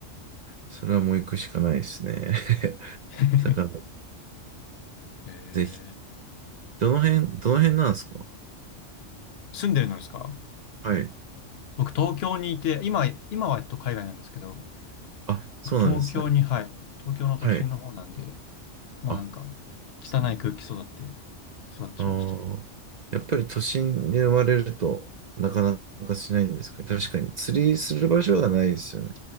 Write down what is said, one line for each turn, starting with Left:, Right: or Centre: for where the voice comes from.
Right: それはもう行くしかないですね。<laughs>
Left: <laughs>
Right: 魚、
Left: へえ
Right: ぜひ。どの辺、どの辺なんですか
Left: 住んでるのですか
Right: はい。
Left: 僕、東京にいて、今、今は、えっと、海外なんですけど、
Right: あ、そうなんですね。
Left: 僕、東京に、はい、東京の都心の方なんで、
Right: はい。
Left: もうなんか、
Right: あ、で
Left: 汚い空気育って、
Right: すね。
Left: 育ちました。
Right: ああ。やっぱり都心で生まれると、なかなかしないんですか確かに。釣りする場所がないですよね。